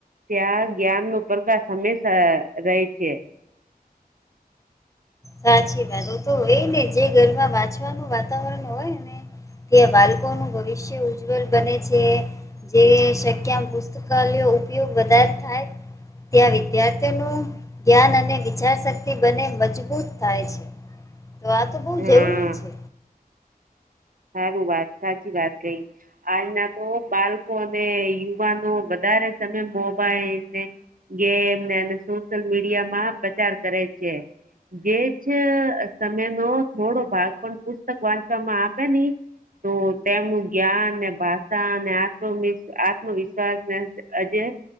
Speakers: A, on the right; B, on the left.
A: ત્યાં જ્ઞાન નું પ્રકાશ હંમેશા રહે છે.
B: સાચી વાત ઓતો એ ને જે ઘરમાં વાંચવાનું વાતાવરણ હોય ને. તે બાળકોનું ભવિષ્ય ઉજ્જવલ બને છે. જે શક્યમ પુસ્તકાલયયો ઉપયોગ વધારે થાય. ત્યાં વિદ્યાર્થીઓનું જ્ઞાન અને વિચાર શક્તિ બને મજબૂત. થાય છે તો આ તો બહુ
A: હા
B: જરૂરી છે.
A: સારું વાત સાચી વાત કઈ. આજના તો બાળકો અને યુવાનો વધારે તમે મોબાઈલને. જેમને એ સોશિયલ મીડિયા માં પ્રચાર કરે છે. એજ અ સમયનો થોડો ભાગ પણ પુસ્તક વાંચવામાં આપે ની. તો તેમનું જ્ઞાન ને ભાષા અને આત્મ આત્મવિશ્વાસને આજે